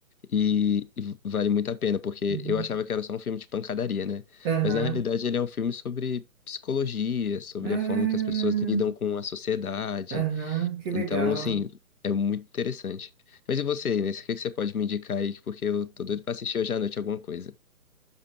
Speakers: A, on the left; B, on the right.
A: e, e vale muito a pena, porque
B: Uhum.
A: eu achava que era só um filme de pancadaria, né?
B: Aham.
A: Mas na realidade ele é um filme sobre psicologia, sobre
B: Ah,
A: a forma que as pessoas lidam com a sociedade,
B: aham, que legal.
A: Então, assim, é muito interessante. Mas e você, Inês? O que que você pode me indicar aí? Porque eu tô doido pra assistir hoje à noite alguma coisa.